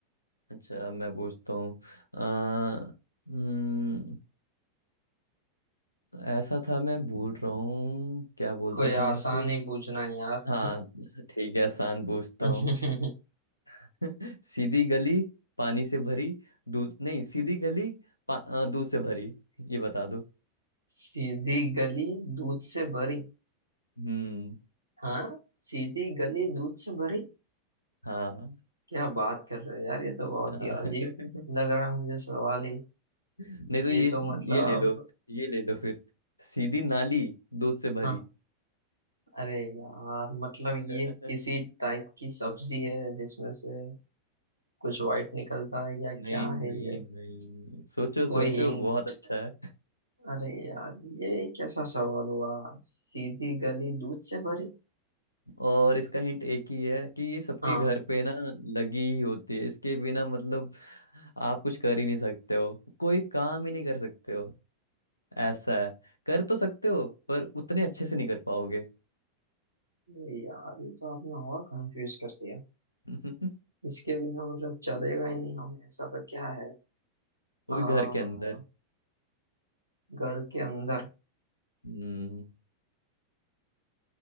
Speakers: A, on the left; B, on the right.
A: अच्छा मैं पूछता हूँ अ, हम्म, ऐसा था मैं भूल रहा हूँ क्या बोलते
B: कोई
A: थे
B: आसान
A: हम उसे
B: ही पूछना यार
A: हाँ ठीक है आसान पूछता
B: <laughs>
A: हूँ <laughs> सीधी गली पानी से भरी दूध नहीं सीधी गली पा, अ, दूध से भरी ये बता दो
B: सीधी गली दूध से भरी
A: हम्म
B: हाँ सीधी गली दूध से भरी
A: हाँ हाँ।
B: क्या बात कर रहे हो यार ये तो बहुत
A: <laughs>
B: ही अजीब लग रहा है मुझे सवाल ही
A: नहीं तो
B: ये
A: ये
B: तो मतलब
A: ये ले लो ये ले लो फिर सीधी नाली दूध से भरी
B: हाँ। अरे यार मतलब
A: <laughs>
B: ये
A: हम्म,
B: किसी टाइप की सब्जी है जिसमें से कुछ व्हाइट निकलता है या
A: नहीं
B: क्या
A: नहीं
B: है ये
A: नहीं सोचो
B: कोई
A: सोचो
B: हिंट
A: बहुत अच्छा
B: अरे यार ये कैसा सवाल हुआ सीधी गली दूध से भरी
A: और इसका हिंट एक ही है कि ये सबके
B: हाँ
A: घर पे ना लगी ही होती है इसके बिना मतलब आप कुछ कर ही नहीं सकते हो कोई काम ही नहीं कर सकते हो ऐसा है कर तो सकते हो पर उतने अच्छे से नहीं कर पाओगे
B: अरे यार ये तो आपने और कंफ्यूज कर दिया
A: <laughs> वो
B: इसके बिना मतलब चलेगा ही नहीं हमें ऐसा तो क्या है आ,
A: भी घर के अंदर
B: घर के अंदर
A: हम्म